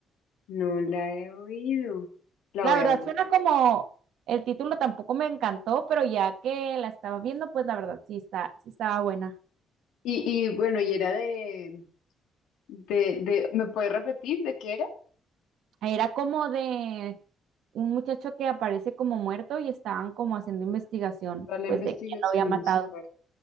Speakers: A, on the left; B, on the right.
A: No la he oído. La
B: La
A: voy
B: verdad,
A: a ver.
B: suena como el título tampoco me encantó, pero ya que la estaba viendo, pues la verdad sí está, sí estaba buena.
A: Y, y bueno, y era de, de, de, ¿me puedes repetir de qué era?
B: Era como de un muchacho que aparece como muerto y estaban como haciendo investigación,
A: Toda la
B: pues
A: investigación
B: de quién lo había matado.
A: de su